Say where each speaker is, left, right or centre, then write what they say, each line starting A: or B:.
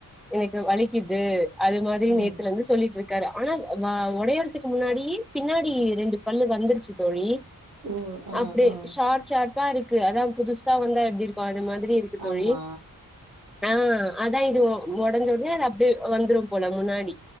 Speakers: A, in the centre; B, on the right.
A: எனக்கு வலிக்குது அது மாதிரி
B: ம்
A: நேத்துல வந்து சொல்லிட்டு இருக்காரு ஆனா ஒடையறதுக்கு முன்னாடியே பின்னாடி ரெண்டு பல்லு வந்துருச்சு தோழி
B: ஓ ஆ
A: அப்படியே
B: ஆ
A: ஷார் ஷார்பா இருக்கு அதா புதுசா வந்தா எப்பிடி இருக்கு அது மாதிரி தோழி
B: ஆமா
A: ஆ அதா இது ஒடஞ்ச ஒடனே அது அப்படியே வந்துரும் போல முன்னாடி